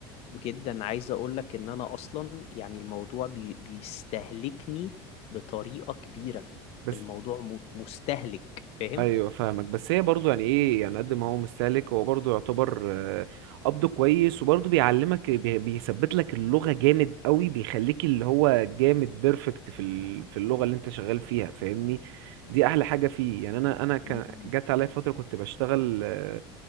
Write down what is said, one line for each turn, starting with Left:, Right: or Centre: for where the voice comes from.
Left: جدا عايز اقولك ان انا اصلا يعني الموضوع بي بيستهلكني بطريقة كبيرة
Right: بس
Left: الموضوع م- مستهلك فاهم؟
Right: ايوه فاهمك بس هي برضو يعني ايه يعني قد ما هو مستهلك هو برضو يعتبر آه، قبضه كويس وبرضو بيعلمك بي- بيثبت لك اللغة جامد قوي بيخليك اللي هو جامد بيرفكت في ال- في اللغة اللي انت شغال فيها فاهمني دي احلى حاجة فيه يعني انا انا كان
Left: مم.
Right: جت عليا فترة كنت بشتغل آه،